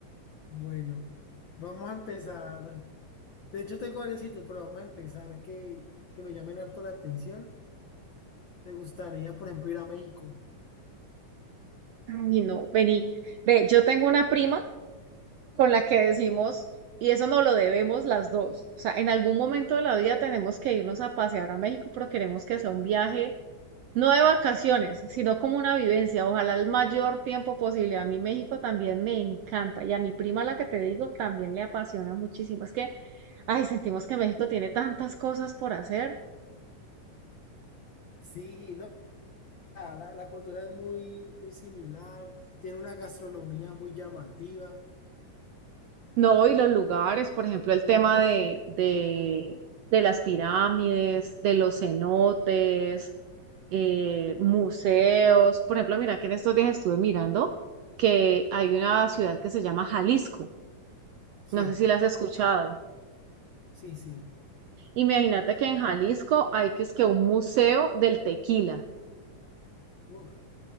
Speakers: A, on the left; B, on the right.
A: Bueno, vamos a empezar. De hecho, tengo varios sitios, pero vamos a empezar que, que me llamen harto la atención. Me gustaría, por ejemplo, ir a México.
B: Ay, no, vení. Ve, yo tengo una prima. con la que decimos, y eso no lo debemos las dos. O sea, en algún momento de la vida tenemos que irnos a pasear a México, pero queremos que sea un viaje, no de vacaciones, sino como una vivencia. Ojalá el mayor tiempo posible. A mí México también me encanta y a mi prima, la que te digo, también le apasiona muchísimo. Es que, ay, sentimos que México tiene tantas cosas por hacer.
A: Sí, no, la, la- la cultura es muy, muy similar. Tiene una gastronomía muy llamativa.
B: No, y los lugares, por ejemplo, el tema de, de, de las pirámides, de los cenotes, eh, museos. Por ejemplo, mira que en estos días estuve mirando que hay una ciudad que se llama Jalisco.
A: Sí,
B: No sé si la has escuchado.
A: sí, sí.
B: Imagínate que en Jalisco hay que es que un museo del tequila.
A: Uf,